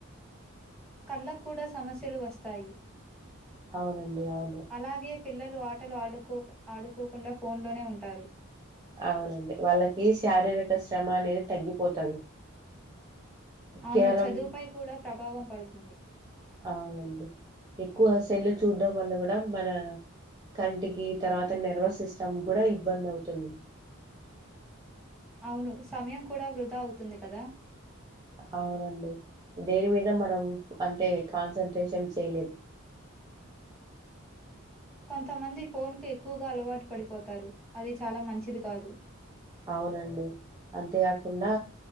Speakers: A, in the centre; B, on the right (about 20°).
A: కళ్ళ కూడా సమస్యలు వస్తాయి
B: అవునండి అవును
A: అలాగే పిల్లలు ఆటలు ఆడుకో ఆడుకోకుండా ఫోన్లోనే ఉంటారు
B: అవునండి వాళ్ళకి శారీరక శ్రమ అనేది తగ్గిపోతది
A: అవును
B: కేవలం
A: చదువుపై కూడా ప్రభావం పడుతుంది
B: అవునండి ఎక్కువ సెల్లు చూడ్డం వల్ల కూడా మన కంటికి తర్వాత నెర్వస్ సిస్టమ్ కూడా ఇబ్బంది అవుతుంది
A: అవును సమయం కూడా వృధా అవుతుంది కదా
B: అవునండి దేని మీద మనం అంటే కాన్సంట్రేషన్ చేయలేం
A: <inaudible> కొంతమంది ఫోన్ కు ఎక్కువగా అలవాటు పడిపోతారు అది చాలా మంచిది కాదు
B: అవునండి అంతేకాకుండా